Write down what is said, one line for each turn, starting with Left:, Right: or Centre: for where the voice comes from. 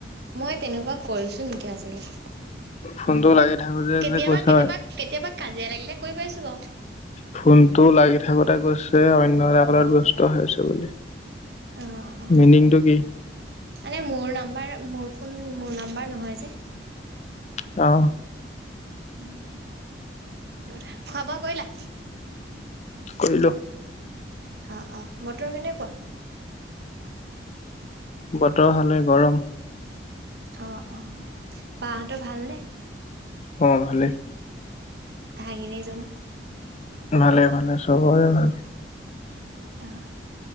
Right: মই তেনেকুৱা কৰিছো নেকি আজিলৈকে?
Left: ফোনটো লাগি থাকোতে
Right: কেতিয়াবা,
Left: যে কৈছা
Right: কেতিয়াবা, কেতিয়াবা কাজিয়া লাগিলে কৰি পাইছো বাৰু।
Left: ফোনটো লাগি থাকোতে কৈছে অন্য এটা কলত ব্য স্ত আছে বুলি।
Right: অ অ
Left: মিনিংটো কি?
Right: মানে, মোৰ নাম্বাৰ মোৰ ফোন মোৰ নাম্বাৰ নহয় যে।
Left: অ',।
Right: উম, সেইটো কথা। খোৱা বোৱা কৰিলা?
Left: কৰিলো।
Right: অ 'অ' বতৰ কেনেকুৱা?
Left: বতৰ হলে গৰম।
Right: অ 'অ' বা হতৰ ভালনেে?
Left: অঁ ভালেই।
Right: ভাঙনীজনী
Left: ভালে, ভালে চবৰে ভাল।
Right: অ'